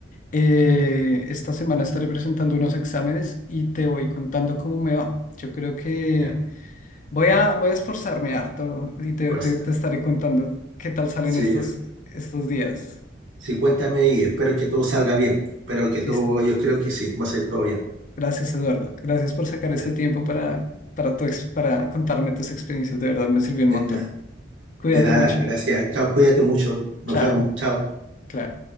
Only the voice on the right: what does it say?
Ya,
fuerza.
Sí,
sí, cuéntame y espero que todo salga bien. Espero que todo,
yo creo que sí, va a salir todo bien.
Ya.
De
nada,
de nada,
gracias. Chao, cuídate mucho. Nos
vemos. Chao.